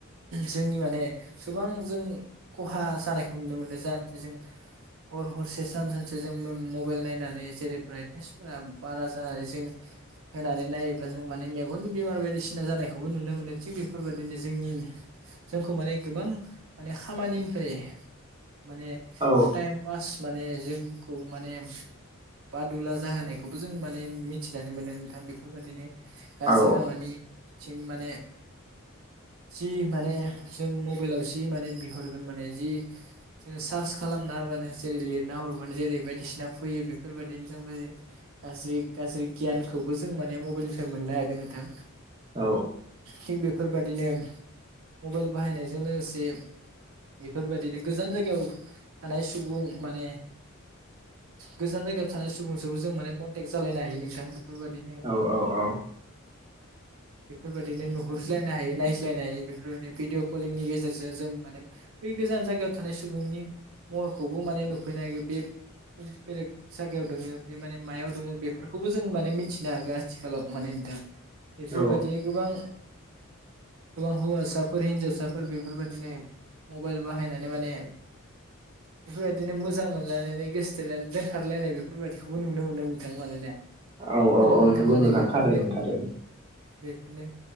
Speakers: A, on the right; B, on the right.
A: जोंनि माने गोबां जों खहा मोसानायखौ नुनो मोनो जाहाथे जों हर हरसे सान सानसेो जों मबाइल नायनानै जेरै ब्राइटनेसफोरा बारा जानानै जों
B: <unintelligible>
A: होनानै नायोब्ला जों माने मेगननि बेमार बायदिसिना जानायखौबो नुनो मोनो थिग बेफोर बायदिनो जोंनि जोंखौ माने गोबां माने खामानिनिफ्राय माने
B: औ
A: टाइम पास माने जों खौ माने बादुला जाहोनायखौबो जों माने मिथिनानै मोनो नोंथां बेफोर बायदिनो गास
B: औ
A: मानि माने जि माने जों मबाइलाव जि माने बिहरगोन माने जि जो सार्च खालामनानै बानो जेरै लिरना हरबानो जेरै बायदिसिना फैयो बेफोरबायदिनो जों गाज्रि गाज्रि गियानखौबो जों माने मबाइलनिफ्राय मोननो हागोन नोंथां
B: औ
A: थिग बेफोरबादिनो। मबाइल बाहायनायजों लोगोसे बेफोरबायाददिनो गोजान जायगायाव थानाय सुबुं माने गोजान जायगायाव थानाय सुबुंजोबो जों माने कन्टेक्ट जालायनो हायो नोंथां। फोरबायदिनो
B: औ <unintelligible>
A: बेफोरबायदिनो नुहुरज्लायनो हायो नायज्लायनो हायो बेफोरबायदि भिडिअ कलिंनि गेजेरजों जों माने। बे गोजान जायगायाव थानाय सुबुंनि महरखौबो माने नुफैनो नागिर बे बेलेग जायगायाव दङो बे माने मायाव दङ बेफोरखौबो जों माने मिथिनो हागोन आथिखालाव माने नोंथाङा बेफोरबायदिनो
B: औ
A: गोबां ए हव सफर हिज साफर बेफोरबायदिनो मबाइल बाहायनानै माने बेफोरबायदिनो मोजां मोनलायनानै गोसोथायनानै दोनथखारलायनाय बेफोरबायदिखौबो नुनो मोनो नोंथां मानोना आरो
B: औ औ
A: नोंथां
B: नंगौ
A: माने बेफोरनो
B: थारैनो थारैनो
A: बे माने